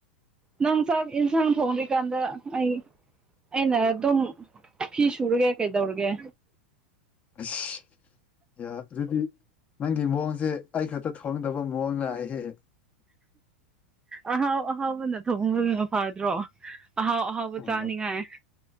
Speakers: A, on the right (about 15°); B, on the left (about 25°).
A: ꯅꯪ ꯆꯥꯛ ꯏꯟꯁꯥꯟ ꯀꯥꯟꯗ ꯑꯩ ꯑꯩꯅ ꯑꯗꯨꯝ ꯐꯤ ꯁꯨꯔꯒꯦ ꯀꯩꯗꯧꯔꯒꯦ
B: ꯑꯁ ꯌꯥ ꯑꯗꯨꯗꯤ ꯅꯪꯒꯤ ꯃꯑꯣꯡꯁꯦ ꯑꯩ ꯈꯛꯇ ꯊꯣꯡꯗꯕ ꯃꯑꯣꯡ ꯂꯥꯛꯑꯦꯍꯦ
A: ꯑꯍꯥꯎ ꯑꯍꯥꯎꯕꯅ ꯊꯕꯣꯡꯕꯗꯨꯅ ꯐꯥꯗ꯭ꯔꯣ ꯑꯍꯥꯎ ꯑꯥꯎ ꯑꯍꯥꯎꯕ
B: ꯎꯝ
A: ꯆꯥꯅꯤꯡꯉꯥꯏ